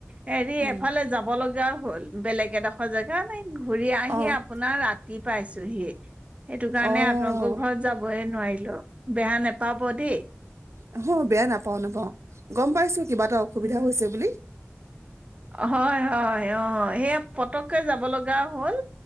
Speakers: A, on the right (about 25°); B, on the right (about 75°).
A: হেৰি,
B: উম,
A: এফালে যাব লগা হ'ল, বেলেগ এডোখৰ জেগা নাই ঘুৰি আহি
B: অ',
A: আপোনাৰ ৰাতি পাইছোহি। সেইটো কাৰণে
B: অ',
A: আপোনালোকৰ ঘৰত যাবই নোৱাৰিলো, বেয়া নেপাব দেই।
B: অহ, বেয়া নাপাওঁ নাপাওঁ, গম পাইছোঁ কিবা এটা অসুবিধা
A: উম।
B: হৈছে বুলি।
A: হয়, হয়। অহ, সেয়া পটককে যাব লগা হ'ল।